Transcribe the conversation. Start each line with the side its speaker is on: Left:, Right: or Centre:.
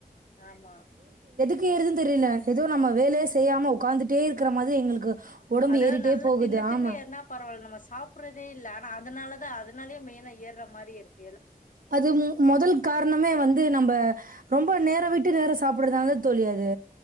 Left: ஆமா
Right: கு ஏறுதுன் தெரில எதோ நம்ம வேலய செய்யாம உக்காந்துட்டே இருக்கிற மாத்ரி எங்களுக்கு ஒடம்பு
Left: அதாவ்
Right: ஏறிட்டே
Left: நல்லா
Right: போகுது
Left: தின்னு தின்னு
Right: ஆமா
Left: ஏற்னா பரவால்ல நம்ம சாப்றதே இல்ல ஆனா அதனால தா அத னாலே மெயினா ஏற மாரி இருக்
Right: அது மு மொதல் காரணமே வந்து நம்ப ரொம்ப நேர விட் டு வேற சாப்புறதுனால தோழி அது